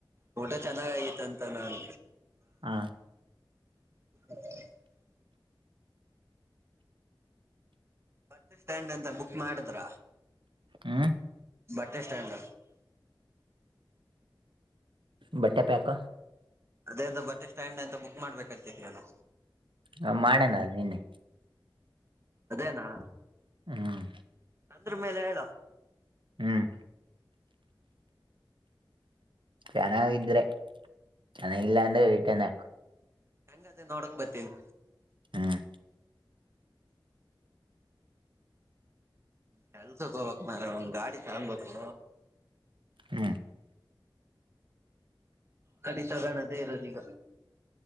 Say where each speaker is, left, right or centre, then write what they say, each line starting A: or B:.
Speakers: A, on the right; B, on the right.
A: ಗಊಟೆ <inaudible> ಚೆನ್ನಾಗಐತೆಂತ ನನ್
B: ಹಾ
A: ಹ ಬಸ್ ಸ್ಟ್ಯಾಂಡ್ ಅಂತ ಬುಕ್ ಮಾಡಿದ್ರ
B: ಹ
A: ಅಡ್ಜಸ್ಟ್ ಆದರ
B: ಬಟ್ಟೆ ಪ್ಯಾಕ
A: ಅದೇಂದ ಬಟ್ಟೆ ಸ್ಟ್ಯಾಂಡ್ ಅಂತ ಬುಕ್ ಮಾಡ್ಬೇಕತಿದ ಅಲ್ಲ
B: ಹ ಮಾಡೇಣ ನಿನ್ನೆ
A: ಅದೇನಾ
B: ಹ್ಮ್
A: ಅಂದ್ರ ಮೇಲೆ ಹೇಳ
B: ಹ್ಮ್ ಚೆನ್ನಾಗಿದ್ರೆ ಅನ ಇಲ್ಲಾಂದ ರಟಂದು
A: ಹಂಗ ಅದೇ ನೋಡಕ್ ಬರ್ತೀನಿ
B: ಹ್ಮ್
A: ಕೆಲ್ಸಕ್ ಹೋಗ್ಕ್ ಮಾರೆ ಒಂದ್ ಗಾಡಿ ತಂದ್ಬೇಕು
B: ಹ್ಮ್
A: ಗಾಡಿತಗನದ ಅದೆ ಇರೋದೀಗ